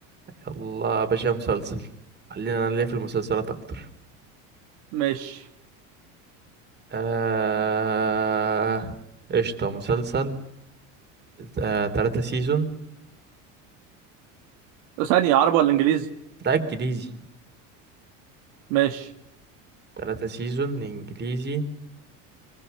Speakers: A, on the right; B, on the right.
A: يلا يا باشا مسلسل خلينا انا ليا في المسلسلات اكتر
B: ماشي
A: آه... قشطة مسلسل آه... تلاتة سيزون
B: ثانية عربي ولا انجليزي
A: ده انجليزي
B: ماشي
A: تلاتة سيزون انجليزي